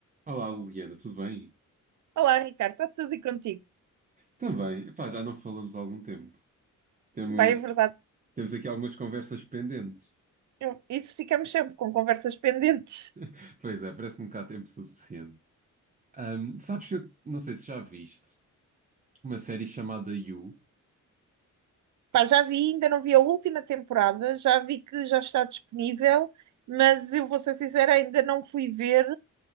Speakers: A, on the right; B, on the right.
A: Olá, Liliana, tudo bem?
B: Olá, Ricardo, está tudo e contigo?
A: Também, Epá, já não falamos há algum tempo. Temos,
B: Pá, é verdade,
A: temos aqui algumas conversas pendentes.
B: eu- isso ficamos sempre com conversas pendentes.
A: <laughs> Pois é, parece que nunca há tempo suficiente. Ahm, sabes que eu não sei se já viste uma série chamada You.
B: Pá, já vi, ainda não vi a última temporada, já vi que já está disponível, mas eu vou ser sincera, ainda não fui ver,